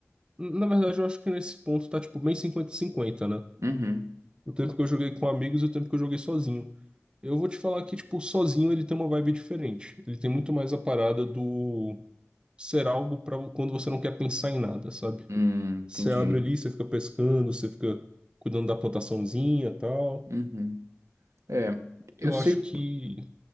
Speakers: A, on the right; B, on the right.
A: Na verdade, eu acho que nesse ponto tá, tipo, bem 50 cinquenta, né?
B: Uhum.
A: O tempo que eu joguei com amigos e o tempo que eu joguei sozinho. Eu vou te falar que, tipo, sozinho ele tem uma vibe diferente. Ele tem muito mais a parada do ser algo pra quando você não quer pensar em nada, sabe?
B: Hum,
A: Você
B: entendi.
A: abre ali, você fica pescando, você fica cuidando da plantaçãozinha e tal.
B: Uhum. É, eu
A: Eu
B: sei,
A: acho que.